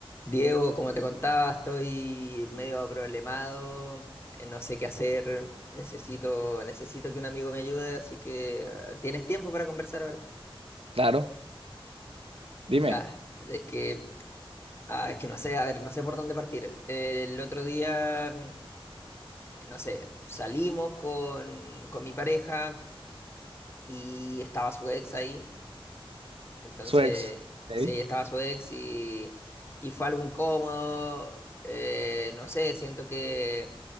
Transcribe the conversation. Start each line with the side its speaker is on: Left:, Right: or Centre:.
Left: Diego, como te contaba, estoy medio problemado, eh, no sé qué hacer, necesito, necesito que un amigo me ayude, así que ah, ¿tienes tiempo para conversar ahora?
Right: Claro, dime,
Left: Ya, es que, ah, es que no sé, a ver, no sé por dónde partir. Eh, El otro día, mm, no sé, salimos con, con mi pareja y estaba su ex ahí, entonces,
Right: su ex. Ok,
Left: sí, estaba su ex y, y fue algo incómodo, eh, no sé, siento que